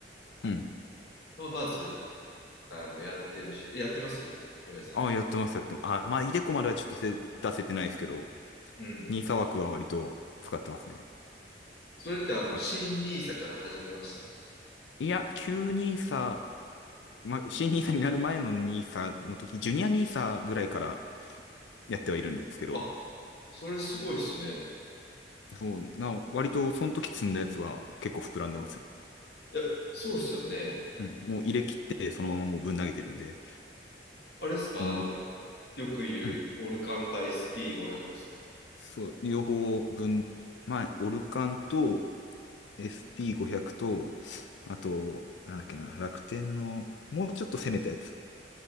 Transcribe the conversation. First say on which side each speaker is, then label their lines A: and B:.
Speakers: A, on the left (about 85°); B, on the left (about 60°).
A: うん。うん。
B: はまず、あの、やってるし、やってます翔平さん。
A: ああ、やってます、やってます。ああ、まあ、イデコまではちょっとせ出せてないですけど、
B: うん。
A: ニーサ枠は割と使ってますね。
B: それって、あの、
A: あ、
B: 新ニー s から始めました。
A: いや、旧ニーサまあ、新ニーサになる前のニーサの時、ジュニアニーサぐらいからやってはいるんですけど、
B: あ、それすごいっすね。
A: そう、な、割とその時積んだやつは結構膨らんでますよ。
B: いや、そうっすよね。
A: うんもう入れ切ってそのままもうぶん投げてるんで、
B: あれっすか、
A: うん、
B: あの、よく言うオルカンか
A: うん
B: SP500 ですか
A: そう、両方分、まあ、オルカンと、SP500 と、あと、なんだっけな、楽天の、もうちょっと攻めたやつ